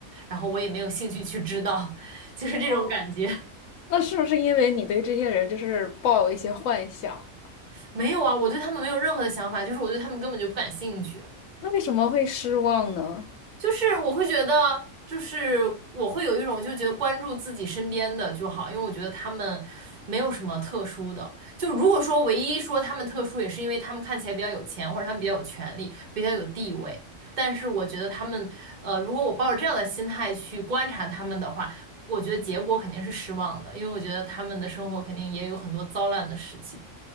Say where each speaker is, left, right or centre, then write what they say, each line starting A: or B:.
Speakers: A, on the right; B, on the left.
A: 然后我也没有兴趣去知道，<laughs> 就是这种感觉。
B: 哦那是不是因为你对这些人就是抱有一些幻想？
A: 没有啊，我对他们没有任何的想法，就是我对他们根本就不感兴趣。
B: 那为什么会失望呢？
A: 就是我会觉得，就是我会有一种就觉得关注自己身边的就好，因为我觉得他们没有什么特殊的。就如果说唯一说他们特殊，也是因为他们看起来比较有钱，或者他们比较有权利，比较有地位。但是我觉得他们，呃，如果我抱着这样的心态去观察他们的话，我觉得结果肯定是失望的，因为我觉得他们的生活肯定也有很多糟烂的事情。